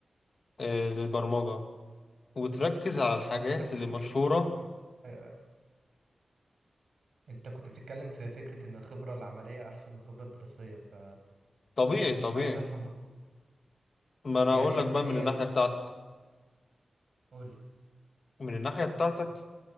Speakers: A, on the left (about 50°); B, on the right (about 65°).
A: آه، للبرمجة وتركز على الحاجات
B: بس انت كنت
A: اللي
B: بتك...
A: مشهورة
B: آه، آه، انت كنت بتتكلم في فكرة ان الخبرة العملية احسن من الخبرة الدراسية ف...
A: طبيعي
B: فكنت
A: طبيعي
B: عايز افهم برضه
A: ما أنا
B: يعني
A: أقول لك
B: ابتدي
A: بقى من الناحية
B: أش...
A: بتاعتك
B: قولي
A: من الناحية بتاعتك